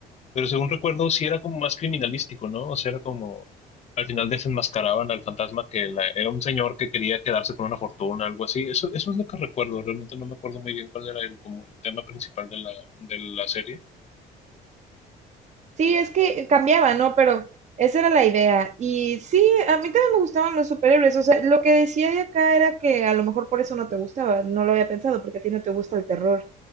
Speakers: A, on the left; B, on the right.
A: Pero según recuerdo, sí era como más criminalístico, ¿no? O sea, era como, al final desenmascaraban al fantasma que la- era un señor que quería quedarse con una fortuna, algo así. Eso, eso es lo que recuerdo. Realmente no me acuerdo muy bien cuál era el, como el tema principal de la, de la serie.
B: Sí, es que cambiaba, ¿no? Pero esa era la idea. Y sí, a mí también me gustaban los superhéroes. O sea, lo que decía de acá era que a lo mejor por eso no te gustaba. No lo había pensado, porque a ti no te gusta el terror,